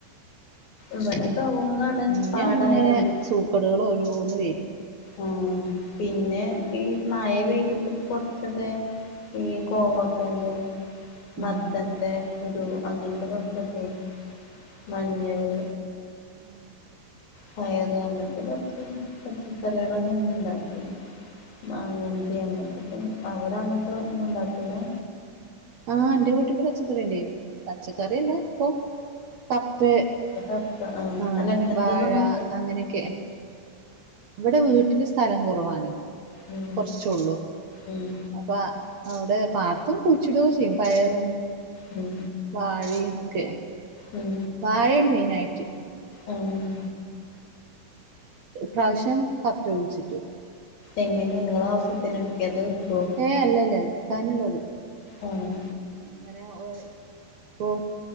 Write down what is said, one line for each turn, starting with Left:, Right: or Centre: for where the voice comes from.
Left: ഇവിടെ
Right: ഉം
Left: കവുങ്ങാണ്
Right: ഇഞ്ഞങ്ങനെ
Left: പാടായോണ്ട്
Right: സൂക്കടുകൾ ഓരോന്ന് വരും
Left: ആഹ് പിന്നെ ഈ മഴ പെയ്തിട്ട് കോർച്ചൊക്കെ ഈ കോവൊക്കെന്റെ മത്തത്തെന്റെ
Right: ഉം
Left: കുരു അങ്ങനത്തെ കുറച്ചൊക്കെ മഞ്ഞള്
Right: <unintelligible>
Left: പയറ് അങ്ങനത്തെ കുറച്ച് പച്ചക്കറികളൊക്കെ ണ്ടാകീൻ മാഗഞ്ചി അങ്ങനത്തെ അവിടെ അങ്ങനത്തെൊന്നും ഉണ്ടാക്കൂല
Right: ആഹ് ഇന്റെ വീട്ടില് പച്ചക്കറിണ്ട് പച്ചക്കറിയല്ലേ ഇപ്പൊ കപ്പ്
Left: കപ്പ
Right: ആഹ്
Left: അല്ല ഇങ്ങനത്തതൊന്നും
Right: വാഴ അങ്ങനെയൊക്കെ ഇവിടെ വീട്ടില് സ്ഥലം കുറവാാണ്
Left: ഉം
Right: കുറച്ചോള്ളു
Left: ഉം
Right: പ്പ അവിടെ പാടത്തം കുയ്ച്ചിടൂ ചെയ്യും പയറും
Left: ഉം
Right: വാഴയുംമൊക്കെ
Left: ഉം
Right: വാഴയും മെയിനായിറ്റ്
Left: ഉം
Right: പ്രാവശ്യം പപ്പ കൂയിച്ചിട്
Left: എങ്ങനെ നിങ്ങളാ ആവശ്യത്തിന് എടുക്കോ അതോ വിക്കോ
Right: ഏയ് അല്ല അല്ല വിൽക്കാനുള്ളത്
Left: ആഹ്
Right: അങ്ങനെ ഇപ്പ